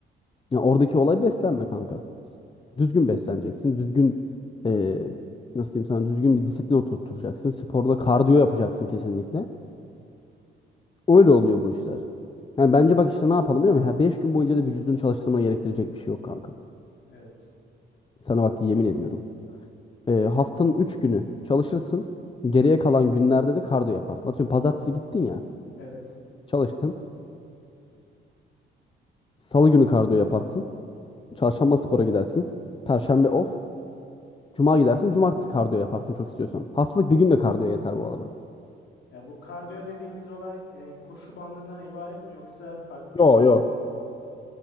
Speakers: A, on the left; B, on the left.
A: Ya oradaki olay beslenme kanka. Düzgün besleneceksin. Düzgün e, nasıl diyeyim sana düzgün bir disiplin oturtacaksın. Sporda kardiyo yapacaksın kesinlikle. Öyle oluyor bu işler. Yani bence bak işte ne yapalım biliyor musun? Beş gün boyunca da vücudunu çalıştırmana gerektirecek bir şey yok kanka.
B: Evet.
A: Sana bak yemin ediyorum. E, haftanın 3 günü çalışırsın. Geriye kalan günlerde de kardiyo yaparsın. Atıyorum pazartesi gittin ya
B: Evet.
A: çalıştın. Salı günü kardiyo yaparsın. Çarşamba spora gidersin. Perşembe off. Cuma gidersin. Cumartesi kardiyo yaparsın çok istiyorsan. Haftalık bir gün de kardiyo yeter bu arada.
B: Ya bu kardiyo dediğimiz olay e, koşu bandından ibaret mi yoksa farklı
A: Yo
B: şeyleri
A: yo.
B: de var mı?